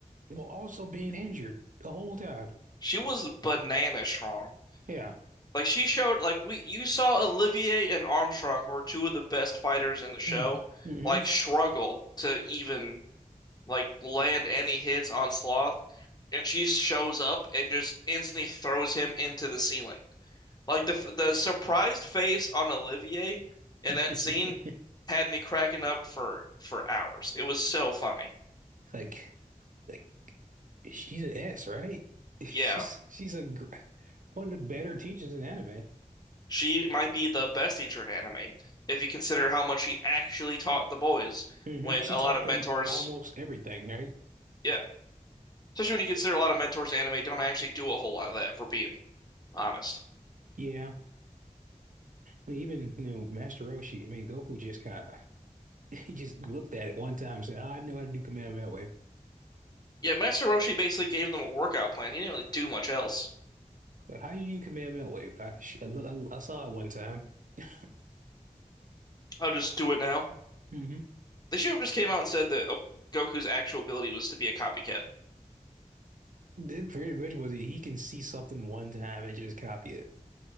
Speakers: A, on the right (about 75°); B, on the left (about 30°).
A: well, also being injured the whole time.
B: She was banana strong.
A: Yeah.
B: Like she showed like we you saw Olivier and Armstrong, who are two of the best fighters in the show,
A: Mm. hmm
B: like struggle to even like land any hits on Sloth, and she shows up and just instantly throws him into the ceiling. Like the the surprised face on Olivier in
A: hmm
B: that scene
A: <laughs>
B: had me cracking up for for hours. It was so funny.
A: Like, like she's an S, right? <laughs> She's
B: Yeah.
A: she's a gr one of the better teachers in anime.
B: She might be the best teacher in anime if you consider how much she actually taught the boys
A: hmm
B: when
A: She
B: a
A: taught
B: lot of
A: them
B: mentors,
A: almost everything, right?
B: yeah, especially when you consider a lot of mentors in anime don't actually do a whole lot of that, for being honest.
A: Yeah. I mean, even you know, Master Roshi. I mean, Goku just kind of <laughs> he just looked at it one time and said, "Oh, I know how to do Kamehameha Wave."
B: Yeah, Master Roshi basically gave them a workout plan. He didn't really do much else.
A: Like, how do you do Kamehameha Wave? I, sh- I, lo- I saw it one time. <laughs>
B: I'll just do it now.
A: hmm
B: They should have just came out and said that uh, Goku's actual ability was to be a copycat.
A: That pretty much was it. He can see something one time and just copy it.